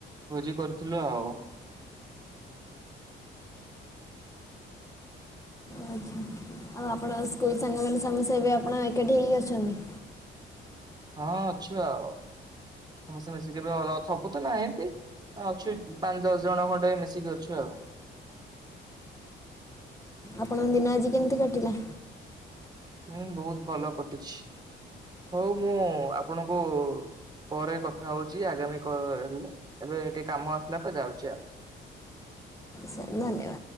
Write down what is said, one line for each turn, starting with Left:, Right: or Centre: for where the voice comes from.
Right: ଭୋଜି କରୁଥିଲୁ ଆଉ।
Left: ଆଚ୍ଛା। ଆଉ ଆପଣ ସ୍କୁଲ ସାଙ୍ଗମାନୋନ ସମସ୍ତେ ଏବେ ଆପଣ ଏକାଠି ହେଇକି ଅଛନ୍ତି।
Right: ହଁ ଅଛ ଆଉ ସମସ୍ତେ ମିଶିକି ଏବେ ସବୁ ତ ନାହାନ୍ତି। ଅଛୁ ପାଞ୍ଚ ଦଶ ଜଣ ଖଣ୍ଡେ ମିଶିକି ଅଛୁ ଆଉ। <inaudible>
Left: ଆପଣଙ୍କ ଦିନ ଆଜି କେମିତି କଟିଲା।
Right: ହୁଁ ବହୁତ ଭଲ କଟିଛି ହଉ ମୁଁ ଆପଣଙ୍କୁ ପରେ କଥା ହଉଛି ଆଗାମୀ କ ହେଲେ ଏବେ ଟିକେ କାମ ଆସିଲା ତ ଯାଉଛି ଆଉ। <inaudible>
Left: ସାର୍ ଧନ୍ୟବାଦ।